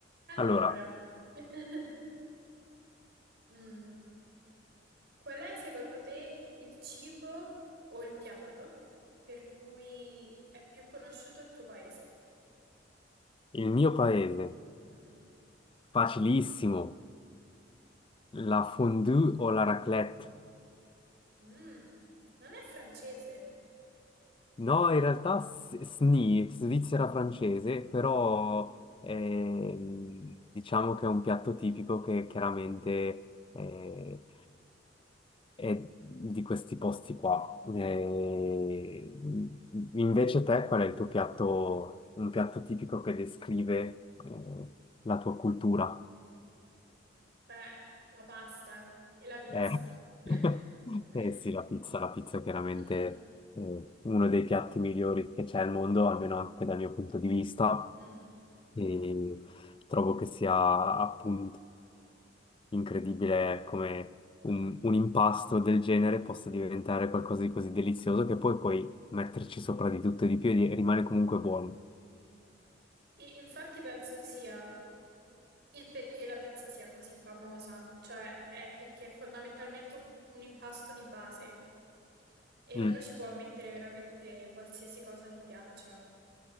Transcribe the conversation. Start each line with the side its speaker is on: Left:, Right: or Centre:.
Right: Allora,
Left: Allora,
Right: <laughs> mm, qual è secondo te il cibo o il piatto per cui è più conosciuto il tuo paese?
Left: il mio paese,
Right: Mm-mm.
Left: facilissimo, la fondue o la raclette?
Right: Mm, non è francese?
Left: No, in realtà s- SNI, Svizzera francese, però ehm, diciamo che è un piatto tipico che chiaramente eh, è di questi posti qua. Eh, invece te, qual è il tuo piatto, un piatto tipico che descrive eh, la tua cultura?
Right: Beh, la pasta e la pizza.
Left: Eh, <laughs>
Right: <laughs>
Left: eh sì, la pizza, la pizza è chiaramente
Right: Mm-mm.
Left: eh, uno dei piatti migliori che c'è al mondo, almeno anche dal mio punto di vista,
Right: Mm.
Left: e trovo che sia appunto incredibile come un, un impasto del genere possa diventare qualcosa di così delizioso che poi puoi metterci sopra di tutto e di più e di- rimane comunque buono.
Right: E infatti penso sia il perché la pizza sia così famosa, cioè è perché è fondamentalmente un, un impasto di base e
Left: Mm.
Right: uno ci può mettere veramente qualsiasi cosa gli piaccia.